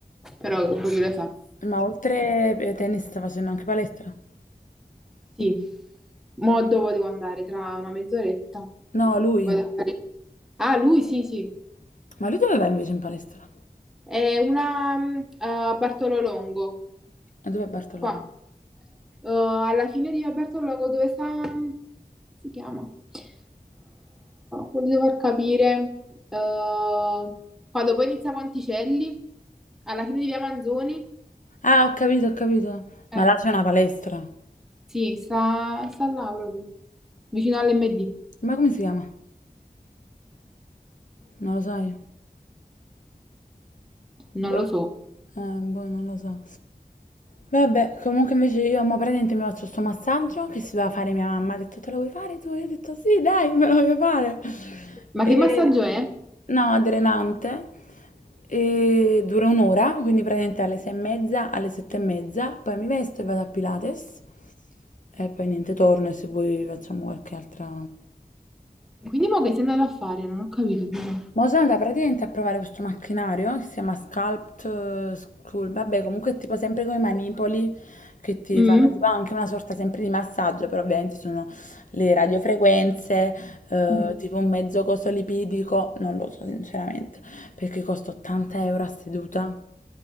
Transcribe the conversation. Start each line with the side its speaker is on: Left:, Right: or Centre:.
Centre: però boh, chi lo sa.
Left: Ma oltre eh, tennis sta facendo anche palestra.
Centre: Sì, mo dove devo andare? Tra una mezz'oretta.
Left: No, lui.
Centre: Vado a fare- Ah, lui sì, sì.
Left: Ma lui dove va invece in palestra?
Centre: È una mh, a Bartolo Longo,
Left: E dove è Bartololo?
Centre: qua. Eh, alla fine di via Bartolo Longo, dove sta... come si chiama? Eh, voglio far capire. eh, quando poi inizia Ponticelli, alla fine di via Manzoni,
Left: Ah, ho capito, ho capito.
Centre: eh,
Left: Ma là c'è una palestra.
Centre: sì, sta, sta là proprio, vicino all'MD.
Left: Ma come si chiama? Non lo sai?
Centre: Non
Left: Boh.
Centre: lo so.
Left: Eh, boh, non lo so. Vabbè, comunque invece io mo praticamente mi faccio sto massaggio che si doveva fare mia mamma. Ha detto, te lo vuoi fare tu? Io ho detto, sì, dai, me lo voglio fare.
Centre: Ma
Left: E...
Centre: che massaggio è?
Left: No, drenante. E dura un'ora, quindi praticamente alle sei e mezza, alle sette e mezza. Poi mi vesto e vado a Pilates. E poi niente, torno e se vuoi facciamo qualche altra...
Centre: Quindi mo che sei andato a fare? Non ho capito. però.
Left: Ma sono andata praticamente a provare questo macchinario che si chiama Sculpt eh, School, vabbè comunque è tipo sempre con i manipoli che ti
Centre: Mm?
Left: fanno tipo anche una sorta sempre di massaggio, però ovviamente sono le radiofrequenze, eh,
Centre: Mm.
Left: tipo un mezzo coso lipidico, non lo so sinceramente, perché costa 80 euro a seduta